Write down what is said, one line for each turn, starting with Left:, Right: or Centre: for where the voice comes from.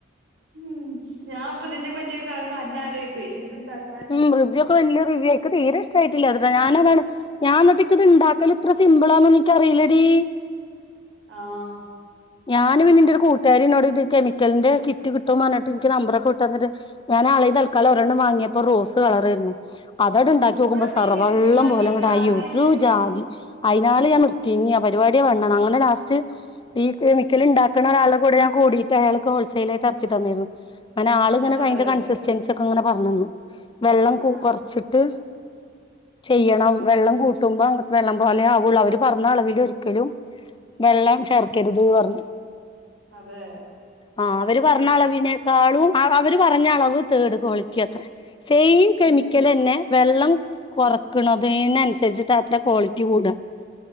Right: ഉം ഞാൻ ഇപ്പ ഇതിനെ പറ്റിയക്കെ കാണുമ്പോ അന്ന ആലോചിക്കും ഇനി ഇത്ണ്ടാക്ക
Left: ഉം റിവ്യൂ ഒക്കെ വല്യ റിവ്യൂ ഇൻക്ക് തീരെ ഇഷ്ടമായിട്ടില്ല അത്ര ഞാനതാണ് ഞാൻട്ടേക്ക് ഇത് ഇണ്ടാക്കൽ ഇത്ര സിമ്പിളാന്ന എനിക്ക അറിയില്ലടീ
Right: ആഹ
Left: ഞാനും പിന്നെന്റെ ഒരു കൂട്ടുകാരി എന്നോട് ഇത് കെമിക്കലിന്റെ കിറ്റ് കിട്ടുംന്ന് പറഞ്ഞട്ട് എനിക്ക് നമ്പറൊക്കെ വിട്ട് തന്നിട് ഞാൻ ആളെ തൽക്കാലം ഒരെണ്ണം വാങ്ങിയപ്പോ റോസ് കളർായിരുന്നു അതോടെ ഉണ്ടാക്കി
Right: ഇപ്പഴപ്പ
Left: നോക്കുമ്പോ സറവെള്ളം
Right: ഈ കെമിക്കല് വാങ്ങിയത്
Left: പോലെ ആയി
Right: ആദ്യം
Left: ഒരു
Right: എന്തായിരുന്നു
Left: ജാതി അയിനാല് ഞാൻ നിർത്തി ഇഞ് ആ പരിപാടിയ വേണ്ടന്ന് അങ്ങനെ ലാസ്റ്റ് ഈ കെമിക്കൽ ഉണ്ടാക്കുന്ന ഒരാളെ കൂടെ ഞാൻ കൂടിയിട്ട് അയാൾക്ക് ഹോൾസെയിൽായിട്ട് ഇറക്കി തന്നിരുന്നു അനെ ആൾ ഇങ്ങനെ
Right: അതെ
Left: കയിന്റെ കൺസിസ്റ്റൻസി ഒക്കെ ഇങ്ങനെ പറഞ്ഞന്നു വെള്ളം കു
Right: ആഹ്
Left: കുറച്ചിട്ട് ചെയ്യണം വെള്ളം കൂട്ടുമ്പോ വെള്ളം പോലെ ആവുള്ളൂ അവര് പറഞ്ഞ അളവിൽ ഒരിക്കലും വെള്ളം ചേർക്കരുത് പറഞ്ഞു
Right: അതെ
Left: ആ അവര് പറഞ്ഞ അളവിനേക്കാളും അവര് പറഞ്ഞ അളവ് തേർഡ് ക്വാളിറ്റി അത്ര സെയിം കെമിക്കലന്നെ
Right: ഉം
Left: വെള്ളം കൊറക്കണതിനന്നുസരിച്ചിട്ട് അത്ര ക്വാളിറ്റി കൂട